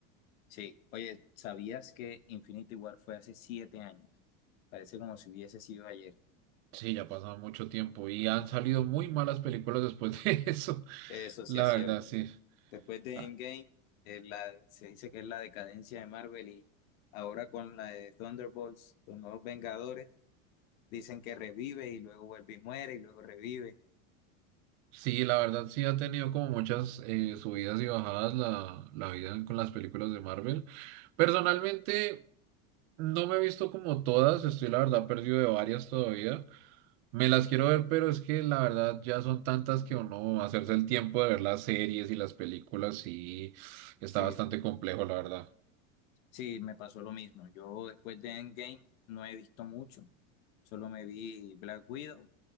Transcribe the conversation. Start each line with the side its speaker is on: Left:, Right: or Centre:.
Left: sí. Oye, ¿sabías que Infinity War fue hace siete años? Parece como si hubiese sido ayer.
Right: Sí, ya ha pasado mucho tiempo y han salido muy malas películas después de <laughs> eso.
Left: Eso sí
Right: La
Left: es
Right: verdad,
Left: cierto.
Right: sí.
Left: Después de
Right: Ah,
Left: Endgame, eh, la- se dice que es la decadencia de Marvel y ahora con la de Thunderbolts, los nuevos Vengadores, dicen que revive y luego vuelve y muere y luego revive.
Right: Sí, la verdad, sí ha tenido como muchas eh, subidas y bajadas la, la vida con las películas de Marvel. Personalmente, no me he visto como todas, estoy la verdad perdido de varias todavía. Me las quiero ver, pero es que la verdad ya son tantas que uno hacerse el tiempo de ver las series y las películas, sí, está
Left: Sí,
Right: bastante complejo, la verdad.
Left: sí, me pasó lo mismo. Yo después de Endgame no he visto mucho. Solo me vi Black Widow